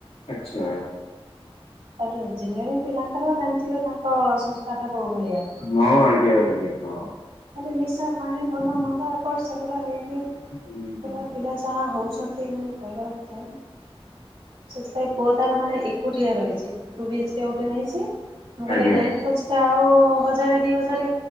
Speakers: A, on the left (about 75°); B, on the right (about 75°).
A: ଆଚ୍ଛା।
B: ତାପରେ ଇଞ୍ଜିନିୟରିଂ ପିଲାଙ୍କର ଜାଣିଥିବେ ତାଙ୍କ ସଂସ୍ଥା ଟା କଉ ଭଳିଆ।
A: ହଁ ଆଜ୍ଞା -ଆଜ୍ଞା ହଁ।
B: ଖାଲି ନିଶା ପାଣି ଭଲ ମନ୍ଦ ଏପଟ୍ ସେପଟ୍ ହେଇକି
A: ହୁଁ ହୁଁ
B: ପୁରା ପିଲା ଯାହା ହଉଚନ୍ତି ମାନେ କହିବା କଥା ସେଥିପାଇଁ ପୁଅ ତାର ମାନେ ଏକୁଟିଆ ରହିଚି ଟୁ ବି ଏଚ୍ କେ ଗୋଟେ ନେଇଚି ମୁଁ
A: ଆଜ୍ଞା
B: କହିଲି ରେଣ୍ଟ୍ ପଛେ ଆଉ ହଜାରେ ଦି ହଜାରେ